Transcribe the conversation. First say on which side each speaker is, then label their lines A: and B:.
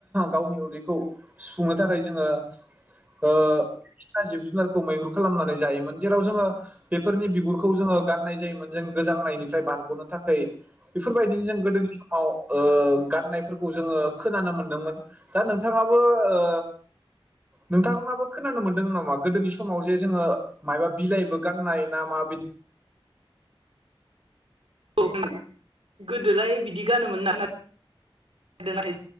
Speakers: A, on the right (about 15°); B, on the right (about 80°).
A: गावनि उदैखौ सुफुंनो थाखाय जोङो ओ बायदिसिना जिब जुनारखौ मैहुर खालामनानै जायोमोन जेराव जोङो बेफोरनि बिगु गुरखौ जोङो गाननाय जायोमोन जों गोजांनायनिफ्राय बारग'नो थाखाय बेफोरबायदिनो जों गोदोनि समाव ओ गाननायफोरखौ जोङो खोनानो मोनदोंमोन दा नोंथाङाबो ओ नोंथांङाबो खोनानो मोनदों नामा गोदोनि समाव जे जोङो मायबा बिलाइबो गाननाय ना माबा बिदि
B: औ गोदोलाय बिदि गानोमोन ना <unintelligible>